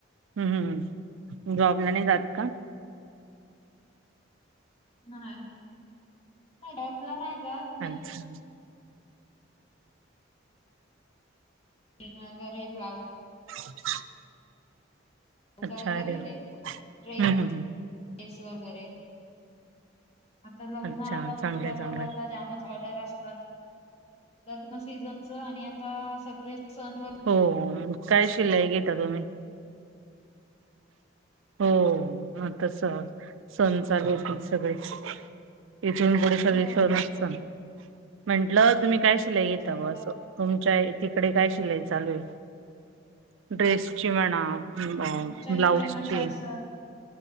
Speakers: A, on the right; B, on the left.
A: हम् ह् जॉबला नाही जात का?
B: नाही <unintelligible>
A: <inaudible>
B: <unintelligible>
A: <inaudible> अच्छा
B: जाऊ वगैरेेेस
A: अरे हम्म हम्म हम्म
B: <unintelligible> आता लग्न
A: अच्छा
B: आलं
A: चांगलंय
B: म्हटल्यावर
A: चांगलंय
B: आता जामच ऑर्डर असतात लग्न सीझन. जन आता सग <unintelligible>
A: हो शिलाई घेता तुम्ही? हो आतास सण चालू होतील सगळेच. इथून पुढे सगळे
B: हो,
A: सणच असतात. म्हंटलं तुम्ही काय शिलाई
B: हो
A: घताव,
B: सगळं
A: अस
B: आता.
A: तुमच्या तिकडे काय शिलाई? चालू से ड्रेसची म्हणा? अ
B: आमच्या इकडे
A: ब्लाऊजची
B: म्हणजे असं